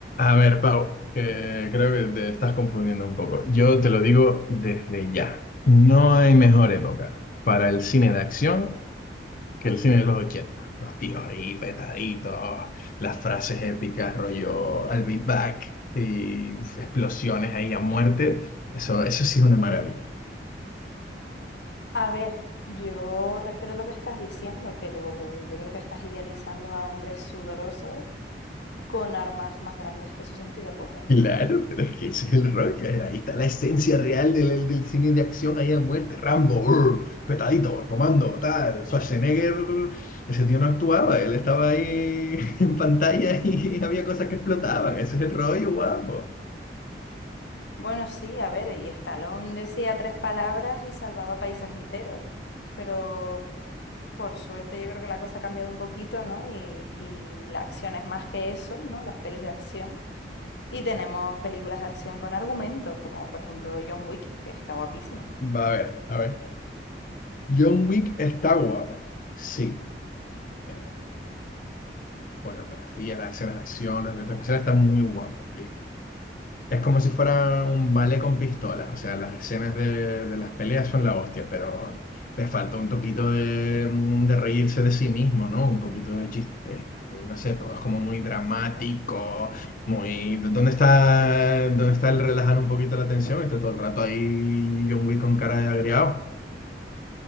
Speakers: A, on the left; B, on the left.
A: A ver, Pau, que creo que te estás confundiendo un poco. Yo te lo digo desde ya. No hay mejor época para el cine de acción que el cine de los 80. Los tíos ahí petaditos, las frases épicas, rollo I'll be back y explosiones ahí a muerte. Eso, eso sí es una maravilla.
B: A ver, yo respeto lo que estás diciendo, pero yo creo que estás idealizando a hombres sudorosos con armas más grandes que su sentido común.
A: Claro, pero es que ese es el rollo. eh, Ahí está la esencia real del, del cine de acción ahí a muerte. Rambo, urr, petadito, comando, tal. Schwarzenegger, ese tío no actuaba, él estaba ahí <laughs> en pantalla y <laughs> había cosas que explotaban. Ese es el rollo, guapo.
B: Bueno, sí, a ver, y Stallone decía tres palabras y salvaba países enteros, pero por suerte yo creo que la cosa ha cambiado un poquito, ¿no? Y, y la acción es más que eso, ¿no? Las pelis de acción. Y tenemos películas de acción con argumentos, como por ejemplo John Wick, que está guapísima.
A: Va a ver, a ver. John Wick está guapa. Sí. Eh, coreografía, las escenas de acción, los efectos especiales están muy guapos. Es como si fuera un ballet con pistolas, o sea, las escenas de, de las peleas son la hostia, pero le falta un poquito de, de reírse de sí mismo, ¿no? Un poquito de chiste. No sé, todo es como muy dramático, muy... ¿Dónde está, dónde está el relajar un poquito la tensión? Está todo el rato ahí John Wick con cara de agriado.